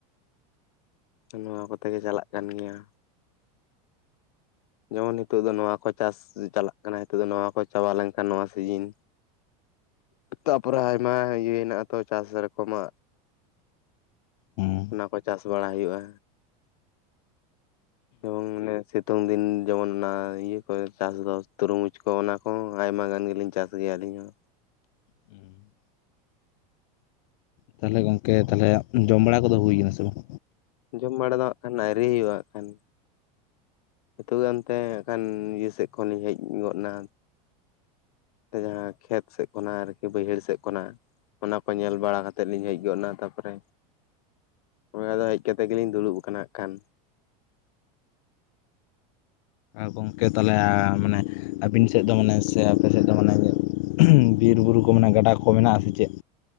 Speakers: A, on the left; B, on the left.
A: ᱱᱚᱣᱟ ᱠᱚᱛᱮ ᱜᱮ ᱪᱟᱞᱟᱜ ᱠᱟᱱ ᱜᱮᱭᱟ᱾ ᱡᱮᱢᱚᱱ ᱱᱤᱛᱚᱜ ᱫᱚ ᱱᱚᱣᱟ ᱠᱚ ᱪᱟᱥ ᱪᱟᱞᱟᱜ ᱠᱟᱱᱟ ᱱᱤᱛᱚᱜ ᱫᱚ ᱱᱚᱣᱟ ᱠᱚ ᱪᱟᱵᱟ ᱞᱮᱱᱠᱷᱟᱱ ᱱᱚᱣᱟ ᱥᱤᱡᱤᱱ᱾ ᱛᱟᱨᱯᱚᱨᱮ ᱟᱭᱢᱟ ᱤᱭᱟᱹ ᱦᱮᱱᱟᱜ ᱟ ᱛᱚ ᱪᱟᱥ ᱨᱚᱠᱚᱢᱟᱜ᱾
B: ᱦᱮᱸ
A: ᱚᱱᱟ ᱠᱚ ᱪᱟᱥ ᱵᱟᱲᱟ ᱦᱩᱭᱩᱜᱼᱟ᱾ ᱮᱵᱚᱝ ᱟᱱᱮ ᱥᱤᱛᱩᱝ ᱫᱤᱱ ᱡᱮᱢᱚᱱ ᱚᱱᱟ ᱤᱭᱟᱹ ᱠᱚ ᱪᱟᱥ ᱫᱚ ᱛᱩᱨᱩᱢᱩᱡᱽ ᱠᱚ ᱚᱱᱟ ᱠᱚ ᱟᱭᱢᱟ ᱜᱟᱱ ᱜᱮᱞᱤᱧ ᱪᱟᱥ ᱜᱮᱭᱟ ᱟᱹᱞᱤᱧ ᱦᱚᱸ᱾
B: ᱦᱩᱸ᱾ ᱛᱟᱦᱚᱞᱮ ᱜᱚᱝᱠᱮ ᱛᱟᱦᱚᱞᱮ ᱡᱚᱢ ᱵᱟᱲᱟ ᱠᱚᱫᱚ ᱦᱩᱭᱱᱟ ᱥᱮ ᱵᱟᱝ?
A: ᱡᱚᱢ ᱵᱟᱲᱟ ᱫᱚᱟᱜ ᱠᱷᱟᱱ ᱟᱹᱨᱤ ᱦᱩᱭᱩᱜ ᱟᱠᱷᱟᱱ᱾ ᱱᱤᱛᱚᱜ ᱜᱮ ᱚᱱᱛᱮ ᱦᱜ ᱠᱷᱟᱱ ᱱᱤᱭᱟᱹ ᱥᱮᱫ ᱠᱷᱚᱱᱤᱧ ᱦᱮᱡ ᱜᱚᱫ ᱱᱟ᱾ ᱡᱟᱦᱟᱸ ᱠᱷᱮᱛ ᱥᱮᱫ ᱠᱷᱚᱱᱟᱜ ᱟᱨᱠᱤ ᱵᱟᱹᱭᱦᱟᱹᱲ ᱥᱮᱫ ᱠᱷᱚᱱᱟᱜ᱾ ᱚᱱᱟ ᱠᱚ ᱧᱮᱞ ᱵᱟᱲᱟ ᱠᱟ ᱠᱟᱛᱮᱮᱫ ᱞᱤᱧ ᱦᱮᱡ ᱜᱚᱫ ᱮᱱᱟ ᱛᱟᱯᱚᱨᱮ ᱚᱱᱟᱫᱚ ᱦᱮᱡ ᱠᱟᱛᱮ ᱜᱮᱞᱤᱧ ᱫᱩᱲᱩᱵ ᱟᱠᱟᱱᱟ ᱦᱟᱸᱜ ᱠᱷᱟᱱ᱾
B: ᱜᱚᱝᱠᱮ ᱛᱟᱦᱟᱞᱮ ᱢᱟᱱᱮ ᱟᱹᱵᱤᱱ ᱥᱮᱫ ᱫᱚ ᱢᱟᱱᱮ ᱥᱮ ᱟᱯᱮ ᱥᱮᱫ ᱫᱚ ᱢᱟᱱᱮ ᱵᱤᱨᱼᱵᱩᱨᱩ ᱠᱚ ᱢᱮᱱᱟᱜᱼᱟ ᱜᱟᱰᱟ ᱠᱚ ᱢᱮᱱᱟᱜᱼᱟ ᱥᱮ ᱪᱮᱫ?